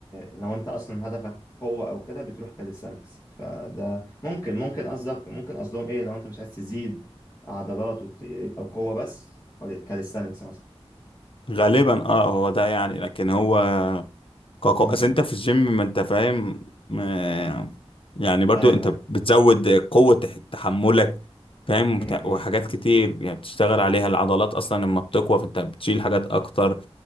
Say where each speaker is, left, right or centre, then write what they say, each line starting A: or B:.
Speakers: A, on the left; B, on the left.
A: لو انت اصلا هدفك قوه او كده بتروح كاليستانكس فده ممكن ممكن قصدك ممكن قصدهم ايه لو انت مش عايز تزيد عضلات ويبقى قوه بس كاليستانكس مثلا
B: غالبا اه هو ده يعني لكن هو كاكو
A: م-
B: اصل
A: م.
B: انت في الجيم ما انت فاهم ما- يعني برضو
A: ايوه
B: انت
A: ايوه
B: بتزود قوة تح- تحملك فاهم وبتاع-
A: امم
B: وحاجات كتير يعني بتشتغل عليها العضلات اصلا لما بتقوى فانت بتشيل حاجات اكتر